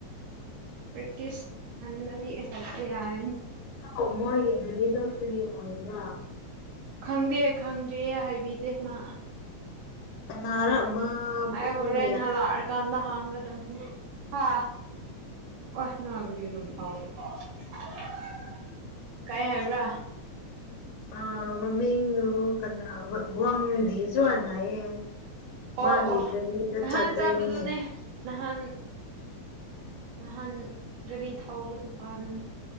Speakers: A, on the right; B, on the left.
A: ꯄ꯭ꯔꯦꯛꯇꯤꯁ ꯈꯟꯗꯗꯤ ꯆꯠꯄ ꯌꯥꯔꯅꯤ
B: ꯑꯣ ꯃꯣꯏꯒꯤ ꯒꯔꯤꯗꯣ ꯐꯔꯤ ꯑꯣꯏꯕꯔ꯭
A: ꯈꯪꯗꯦ ꯈꯪꯗꯤꯌꯦ ꯍꯥꯏꯕꯤꯗꯦ ꯃꯥ
B: ꯀꯅꯥꯔ ꯃꯥꯕꯨꯡ
A: ꯑꯩ ꯍꯣꯔꯦꯟ
B: ꯀꯌꯥ
A: ꯍꯂꯥꯔ ꯑꯀꯥꯟꯗ ꯍꯥꯡꯒꯗꯝꯅꯤ ꯍꯥꯥ ꯋꯥꯁꯅꯒꯔꯝ ꯊ <unintelligible> ꯀꯩ ꯍꯥꯏꯕ꯭ꯔꯥ
B: ꯑ ꯃꯃꯤꯡ ꯗꯨ ꯀꯅꯥ ꯒꯋ꯭ꯥꯡꯗꯤ ꯖꯋ꯭ꯥꯟ ꯍꯥꯌꯦ
A: ꯑꯣ
B: ꯃꯥꯒꯤ
A: ꯑꯣ
B: ꯀꯔꯤꯗ
A: ꯅꯍꯥꯟ
B: ꯆꯠꯇꯣꯏꯅꯤ
A: ꯆꯠꯄꯗꯨꯅꯦ
B: ꯍꯩꯌꯦ
A: ꯅꯍꯥꯟ ꯅꯍꯥꯟ ꯒꯥꯔꯤ ꯊꯥꯎꯕ ꯅꯨꯄꯥꯥꯗꯨꯅ